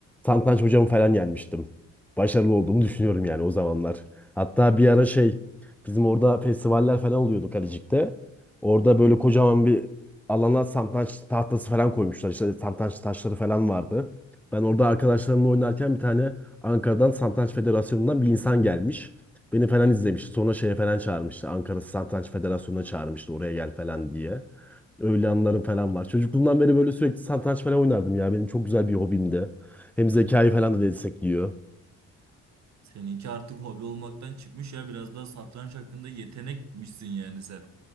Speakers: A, in the centre; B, on the right.
A: satranç hocamı falan yenmiştim. Başarılı olduğumu düşünüyorum yani o zamanlar. Hatta bir ara şey bizim orada festivaller falan oluyordu Kalecik'te. Orada böyle kocaman bir alana satranç tahtası falan koymuşlar. İşte satranç taşları falan vardı. Ben orada arkadaşlarımla oynarken bir tane Ankara'dan Satranç Federasyonu'ndan bir insan gelmiş. Beni falan izlemişti. Sonra şeye falan çağırmıştı. Ankara Satranç Federasyonu'na çağırmıştı oraya gel falan diye. Öyle anılarım falan var. Çocukluğumdan beri böyle sürekli satranç falan oynardım ya. Benim çok güzel bir hobimdi. Hem zekayı falan da destekliyor.
B: Seninki artık hobi olmaktan çıkmış ya. Biraz daha satranç hakkında yetenekmişsin yani sen.